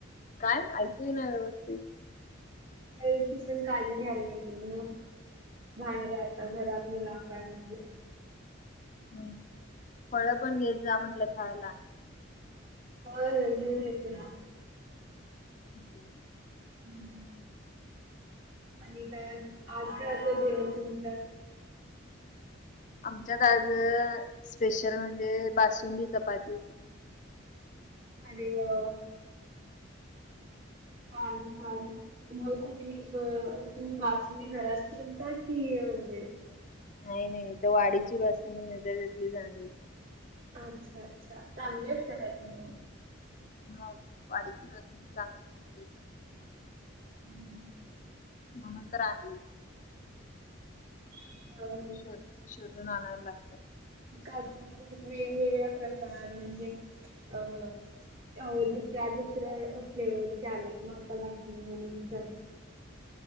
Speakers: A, on the left; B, on the right.
A: काय ऐकू ना व्यवस्थित?
B: हल्थची पण काळजी घ्यायला लागणार ना, बाहेर आहे आता
A: हम्म
B: घरात म लाग बाय म्हणजे?
A: हम्म, फळ पण घेत जा म्हटलं खायला.
B: होय होय घेऊन येते ना.
A: <inaudible>
B: हम्. आणि काय? आज काय होत जेवण तुमच्यात?
A: आमच्यात आज स्पेशल म्हणजे बासुंदी, चपाती होती.
B: अरे वा! छान! छान! मग कुठली तुम्ही बासुंदी घरात केलता की म्हणजे
A: नाही नाही, ती वाडीची बासुंदी मिळते तिथंलीच आणली.
B: अच्छा! अच्छा! चांगली असते काय ती मग?
A: मग वाडीची बासूंदी चांगली असते.
B: हम्म.
A: म्हणून तर आणली.
B: हं,
A: शोधून,
B: हं.
A: शोधून, आणायला लागत.
B: खूप वेगवेगळ्या प्रकार म्हणजे अ त्या दुसऱ्या दुसऱ्या, फ्लेवरची आलात ना बासुंदी म्हणूनच्या.